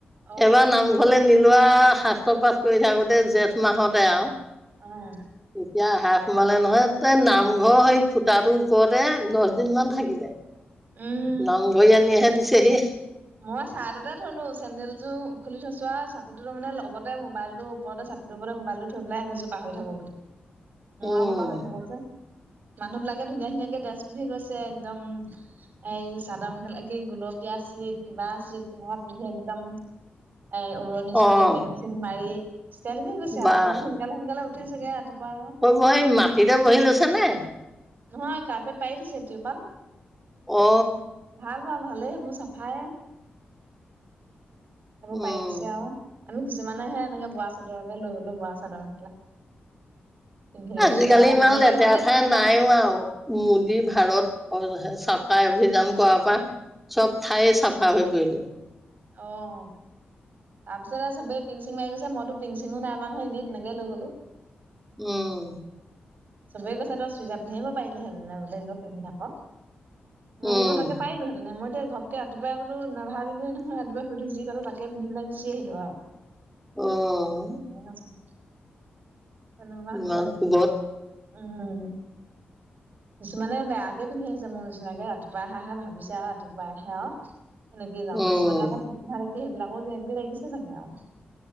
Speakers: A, on the right (about 55°); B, in the centre.
A: অ
B: এবাৰ নাম ঘলে নিলোৱা শাস্ত্ৰ পাঠ কৰি থাকোতে জেঠ মাহতে আৰু
A: অ'।
B: এতিয়া আহা সোমালে নহয় ত নামঘৰ সেই খুটাটোৰ ওপৰতে দহ দিন মান থাকিলে।
A: উম।
B: নামঘৰি আনিহে দিছেহি।
A: মই ছাইডতে থলো চেন্দেল যোৰ খুলি থৈছো আৰু ছাতিটো তাৰ মানে লগতে মোবাইলটো। ওপৰতে ছাতিটোৰ ওপৰতে মোবাইলটো থৈ পেলাইহে গৈছোঁ পাহৰি থাকোঁ বুলি, মই
B: উম,
A: আকৌ পাহৰি থাকো যে। মানুহবিলাকে ধুনীয়া ধুনীয়াকে ড্ৰেছ পিন্ধি গৈছে একদম। এই চাদৰ মেখেলা কি গুলপীয়া চিত। কিবা আছিল তেনেকুৱা পিন্ধি একদম এ উৰণি
B: অ',
A: চৰণি পিং চিং মাৰি। ষ্টাইল কৰি গৈছে
B: বাহ।
A: আৰু সেইবোৰ সোনকালে সোনকালে উঠে চাগে ৰাপুৱা আৰু
B: কবই মাটিতে বহি লৈছ নে?
A: নহয় কাৰ্পেট পাৰি দিছে টিৰ্পাল।
B: অ
A: ভাল বাৰু ভালেই সেইবোৰ চাফাই, সেইবোৰ
B: উম
A: পাৰি দিছে আৰু। আমি কিছুমানেহে এনেকে বোৱা চাদৰকে লৈ গলোঁ বোৱা চাদৰ মেখেলা। পিন্ধি লৈছো
B: আজিকালি
A: আৰু
B: ইমান
A: তেনেকে
B: লেতেৰা
A: মই যে
B: ঠাই
A: পিং এটা
B: নাইও আৰু। মোদী ভাৰত চাফাই অভিযান কৰাৰ পৰা। চব ঠায়ে চাফা হৈ পৰিলে।
A: অ'। তাৰপিছত এ চবেই পিং চিং মাৰি গৈছে, মই টো পিং চিং নাই মৰা নহয় এনে তেনেকে লৈ গলোঁ।
B: উম।
A: চবেই কৈছে তই চুইজাৰ পিন্ধিব পাৰিলেহেঁতেনে বোলে এনেও পিন্ধি থাক, মই
B: উম
A: বোলো তাকে পাৰিলোঁ হেতেন। মই এতিয়া ঘপকে ৰাতিপুৱা বোলো নাভাবিলোয়েই নহয় ৰাতিপুৱা শুই উঠি যি পালোঁ তাকে পিন্ধি লৈ গুচি আহিলো আৰু। <inaudible>
B: অ'।
A: <unintelligible> তেনেকুৱা
B: ইমান
A: হৈছে,
B: কোবত
A: উম। কিছুমানে বেয়াকে পিন্ধি আহিছে মোৰ নিচিনাকে, ৰাতিপুৱাই আহাহে ভাবিছে আৰু ৰাতিপুৱাই আহে আৰু। এনেকে যাওঁ
B: উম
A: কিছুমানে আকৌ ভাল কে সেইবিলাকো যোগ্য লাগিছে চাগে আৰু